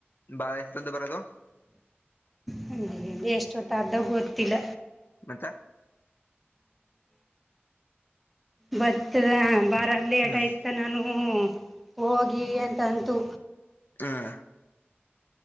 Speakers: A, on the left; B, in the centre.
A: ಬಾಳ ಎತದ್ದು ಬರದು
B: ಹ ಎಷ್ಟೊತ್ತಾರ್ದಾಗ ಗೊತ್ತಿಲ್ಲ
A: ಮತ್ತ
B: ಬತ್ತದ ಬಾರ ಲೇಟ್
A: ಹ್ಮ್
B: ಆಯತ ನಾನು ಹೋಗಿ ಅಂತಂತು
A: ಹ್ಮ್